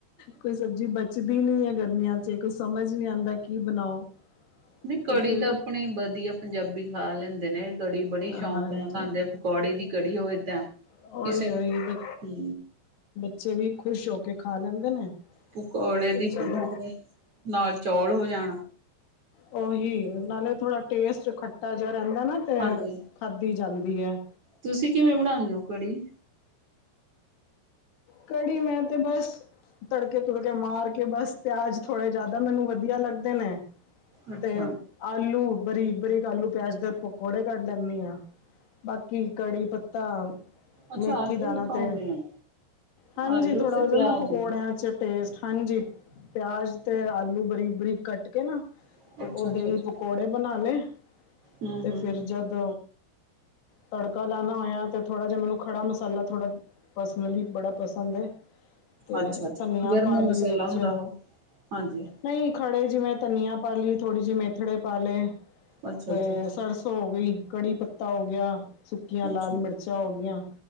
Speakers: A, on the left; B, on the right.
A: ਕੁਛ ਸਬਜ਼ੀ ਬਚਦੀ ਨੀ ਹੈ ਗਰਮੀਆਂ ਚ। ਕੁਝ ਸਮਝ ਨੀ ਆਉਂਦਾ ਕੀ ਬਣਾਓ।
B: ਨਹੀਂ ਕੜੀ
A: ਤੇ ਫਿਰ
B: ਤਾਂ ਆਪਣੀ ਵਧੀਆ। ਪੰਜਾਬੀ ਖਾ ਲੈਂਦੇ ਨੇ ਕੜੀ ਬੜੀ
A: ਹਾਂਜੀ
B: ਸ਼ੌਂਕ ਨਾਲ ਖਾਂਦੇ। ਪਕੌੜੇ ਦੀ ਕੜੀ ਹੋਵੇ ਤਾਂ
A: ਉਹੀ
B: ਕਿਸੇ ਨੂੰ
A: ਉਹੀ ਬ
B: ਹੂ
A: ਬੱਚੇ ਵੀ ਖੁਸ਼ ਹੋ ਕੇ ਖਾ ਲੈਂਦੇ ਨੇ
B: ਪਕੌੜੇ
A: ਤੇ
B: ਦੀ
A: ਚਲੋ
B: ਹੋਵੇ। ਨਾਲ ਚੌਲ ਹੋ ਜਾਣ
A: ਉਹੀ ਨਾਲੇ ਥੋੜਾ ਟੇਸਟ ਖੱਟਾ ਜਿਹਾ ਰਹਿੰਦਾ ਨਾ
B: ਹਾਂਜੀ
A: ਖਾਂਦੀ ਜਾਂਦੀ ਏ
B: ਤੁਸੀਂ ਕਿਵੇਂ ਬਣਾਉਂਦੇ ਹੋ ਕੜੀ?
A: ਕੜੀ ਮੈਂ ਤੇ ਬਸ ਤੜਕੇ ਤੂੜਕੇ ਮਾਰ ਕੇ ਬਸ। ਪਿਆਜ ਥੋੜ੍ਹੇ ਜਿਆਦਾ ਮੈਨੂੰ ਵਧੀਆ ਲੱਗਦੇ ਨੇ
B: ਅੱਛਾ
A: ਤੇ ਆਲੂ ਬਰੀਕ -ਬਰੀਕ ਆਲੂ- ਪਿਆਜ ਦੇ ਪਕੌੜੇ ਕੱਢ ਲੈਂਦੀ ਹਾਂ ਬਾਕੀ ਕੜੀ- ਪੱਤਾ
B: ਅੱਛਾ
A: ਮੇਥੀ
B: ਆਲੂ
A: ਦਾਣਾ
B: ਵੀ ਪਾਉਂਦੇ
A: ਤੇ
B: ਆ
A: ਹਾਂਜੀ
B: ਆਲੂ
A: ਥੋੜਾ
B: ਤੇ
A: ਹੋ ਜਾਂਦਾ
B: ਪਿਆਜ
A: ਪਕੌੜਿਆਂ
B: ਵੀ
A: ਚ ਟੇਸਟ ਹਾਨਜੀ। ਪਿਆਜ ਤੇ ਆਲੂ ਬਰੀਕ -ਬਰੀਕ ਕੱਟ ਕੇ ਨਾ
B: ਅੱਛਾ
A: ਤੇ ਉਹ ਦਹੀਂੱਕ
B: ਅੱਛਾ ਅੱਛਾ
A: ਪਕੌੜੇ ਬਣਾ ਲਏ।
B: ਹਮ
A: ਤੇ
B: ਹਮ
A: ਫਿਰ
B: ਹਮ
A: ਜਦ ਤੜਕਾ ਲਾਉਣਾ ਹੋਇਆ ਤੇ ਥੋੜ੍ਹਾ ਜਿਹਾ ਮੈਨੂੰ ਖੜਾ ਮਸਾਲਾ ਥੋੜਾ ਲਈ ਬੜਾ ਪਸੰਦ ਹੈ। ਤੇ
B: ਅੱਛਾ ਅੱਛਾ
A: ਧਨੀਆ
B: ਗਰਮ
A: ਪਾ ਲਈ
B: ਮਸਾਲਾ
A: ਵਿੱਚ
B: ਹੁੰਦਾ ਉਹ ਹਾਂਜੀ
A: ਨਹੀਂ ਖੜੇ। ਜਿਵੇਂ ਧਨੀਆ ਪਾ ਲਈ। ਥੋੜ੍ਹੀ ਜਿਹੀ ਮੇਥੜੇ ਪਾ ਲਏ
B: ਅੱਛਾ
A: ਤੇ
B: ਅੱਛਾ ਅੱਛਾ
A: ਸਰਸੋਂ ਹੋ ਗਈ। ਕੜੀ ਪੱਤਾ ਹੋ ਗਿਆ। ਸੁੱਕੀਆਂ
B: ਅੱਛਾ
A: ਲਾਲ ਮਿਰਚਾਂ ਮਿਰਚਾਂ ਹੋ ਗਇਆ।